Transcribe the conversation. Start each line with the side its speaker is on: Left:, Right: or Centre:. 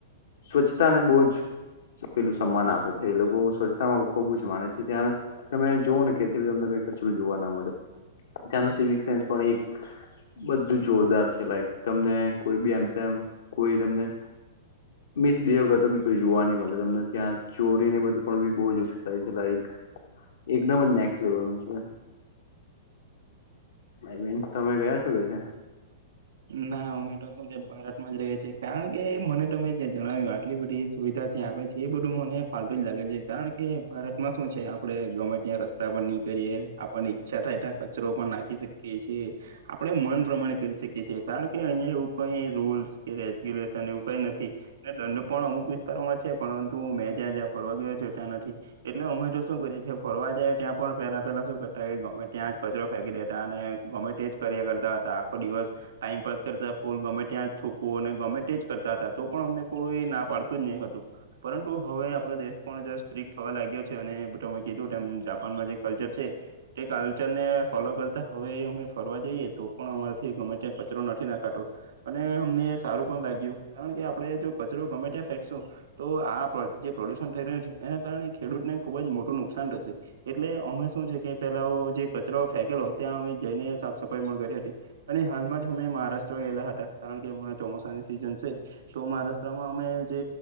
Left: સ્વચ્છતા ને બહુ જ પેલું સન્માન આપે છે એ લોકો સ્વચ્છતામાં ખુબ જ માને છે ત્યાં તમે જોવઓ ને કેી તમને કઈ કચરું જોવા ના મળે ત્યાંનું સિવિક સેન્સ પણ એક બધું જોરદાર છે લાઈક તમને કોઈ બી એમ તેમ કોઈ તમને મિસ બે વખત બી કોઈ જોવા ન મળે તમને ત્યાં ચોરીને બધું પણ બી બહ જ ઓછું થાય છે લક એકદમ જ નેક્સ લેવાનું છે લ ન્સ તમે ગયા છો કે છે
Right: ના ઓમેટો શું છે ભારતમાં જ રહે છે કારણ કે મને તમે જણાવ્યું આટલી બધી સુવિધા આપે છે એ બધું મને ફતું જ લાગે છે કારણ કે ભારતમાં શું છે આપડે ગર્મેન્ટ ત્યાં રસ્તા પર ની આપણને ઈચ્છા થાય કચરો પણ નાખી શકીએ છીએ આપણેે મન પ્રમાણે કરી શકીએ કારણ કે અહીિયાંયા એવું કઈ રૂલ્સ કે રેગ્યુલેશન એવું કઈ નથીને દંડ પણ અમુક વિસ્તાર પરંતુ મેં જ્યાં જ્યાં ફરવા ગયો જોતા્યા નથી એટલે અમે તો શું કરીએ છી ફરવા જાય ત્યાં પણ પેલા પેલા શું કરતા કે ગવર્મે ત્યાં જ કચરો ફેંકી દેતા અને ગવર્મેન્ટ જ કર્યા કરતા હતા આખો દિવસ ટાઈમ પાસ કરતા ફૂલ ગમે ત્યાં છૂકવું અને ગમે તે જ કરતા હતા તો પણ અમને કોઈ ના પાડતું જ નહી પરુ હવે આપ દેશ પણ સ્ટ્રીક થવા લાગ્યો છે અને તમે કીધું જાપાનમાં છે તે કલ્ચરને ફોલો કરતા હવે અમે ફરવા જઈએ તો પણ અમારાથી ગમે ત કચરો નથી નાખાતોતો અને અમને સારું પણ લાગ્યું કારણ કે આપડે જો કચરો ગમે ત્યાં ફેંકશું તો આ જે પ્રદ્યુષણ થઈ રહ્યું છે એને કારણે ખેડૂતને ખુબ જ મોટું નુકસાન થશે એટલે અમે શું છે કે પેલા જે કચરો ફેકેલો ત્યા અ જઈને સાફ સફાઈ પણ કરી હતી અને હાલમાં જ હુંં મહારાષ્ટ્ર ગેલા હતા કારણ કેરા ચોમાસાની સિઝન છે તો મહારાષ્ટ્રમાં અમે જે